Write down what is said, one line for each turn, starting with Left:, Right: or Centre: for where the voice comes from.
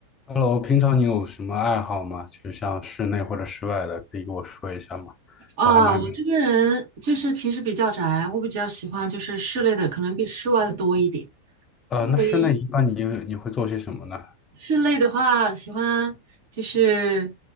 Left: Hello，平常你有什么爱好吗？就像室内或者室外的，可以跟我说一下吗？
Right: 啊，
Left: 我还蛮……
Right: 我这个人就是平时比较宅，我比较喜欢就是室内的，可能比室外的多一点。
Left: 呃，
Right: 因为
Left: 那室内一般你你会做些什么呢？
Right: 室内的话，喜欢就是，